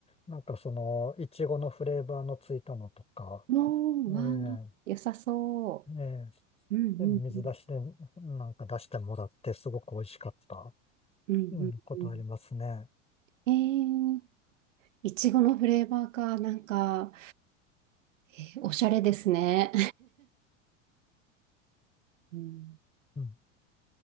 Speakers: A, on the left; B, on the right.
A: なんかその、いちごのフレーバーのついたのとか、
B: のは、
A: ええ
B: 良さそ
A: ええ。
B: う。うんうんうん。
A: でも水出しで、なんか出してもらって、すごく美味しかった、
B: うんうんうん。
A: うん、ことありますね。
B: えー、いちごのフレーバーか、なんか、えーおしゃれですね。うん
A: うん。